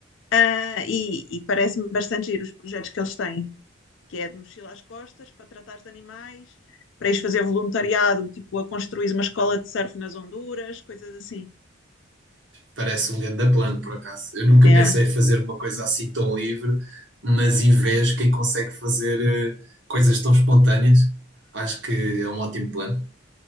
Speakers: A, on the left; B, on the right.
A: Uh, e, e parece-me bastante giro os projetos que eles têm. que é de mochila às costas, para tratares de animais, para ires fazer voluntariado, tipo a construir uma escola de surf nas Honduras, coisas assim.
B: Parece um grande plano, por acaso. Eu nunca
A: É,
B: pensei em fazer uma coisa assim tão livre, mas em vez, quem consegue fazer eh, coisas tão espontâneas, acho que é um ótimo plano.